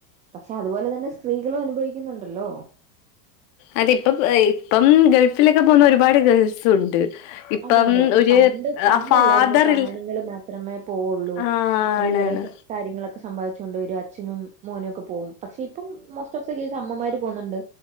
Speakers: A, on the right (about 15°); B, on the left (about 50°).
A: പക്ഷെ അതുപോലെ തന്നെ സ്ത്രീകളും അനുഭവിക്കുന്നുണ്ടല്ലോ
B: അത് ഇപ്പം ഇപ്പം ഗൾഫിലൊക്കെ പോവുന്ന ഒരുപാട് ഗേൾസും ഉണ്ട് ഇപ്പം
A: അതെ അതെ
B: ഒരു
A: പണ്ട് പണ്ടല്ലായിരുന്നു
B: ആ ഫാദറിൽ
A: ഇപ്പൊ ആണുങ്ങൾ മാത്രമേ പോവുള്ളൂ
B: ആ
A: അവര്
B: ആണാണ്
A: കൊറെ കാര്യങ്ങളൊക്കെ സംഭാദിച്ചൊണ്ട് വരും അച്ഛനും മോനും ഒക്കെ പോവും പക്ഷെ ഇപ്പം മോസ്റ്റ് ഓഫ് ദി കേസ് അമ്മമാര് പോന്നുണ്ട്.